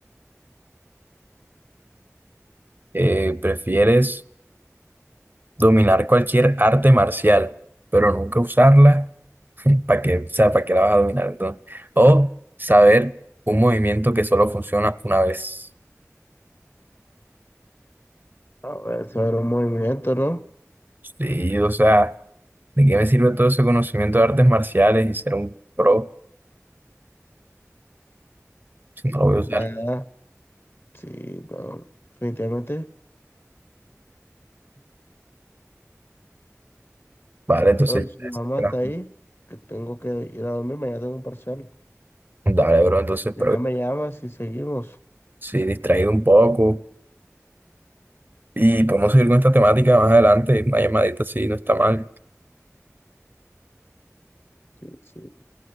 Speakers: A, on the right; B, on the left.
A: Eh, ¿prefieres dominar cualquier arte marcial, pero nunca usarla? ¿Para qué O sea, ¿para qué la vas a dominar entonces? O saber un movimiento que solo funciona una vez.
B: A ver, eso era un movimiento, ¿no?
A: Sí, o sea, ¿de qué me sirve todo ese conocimiento de artes marciales y ser un pro si no lo
B: No,
A: voy a usar?
B: Nada, sí, no, definitivamente.
A: Vale, entonces,
B: Pero si
A: ya
B: mi
A: es,
B: mamá
A: espera.
B: está ahí, que tengo que ir a dormir, mañana tengo un parcial.
A: dale, bro, entonces,
B: Ya
A: pero
B: me llamas y seguimos.
A: sí, distraído un poco y podemos seguir con esta temática más adelante, una llamadita, sí, no está mal.
B: Sí, sí.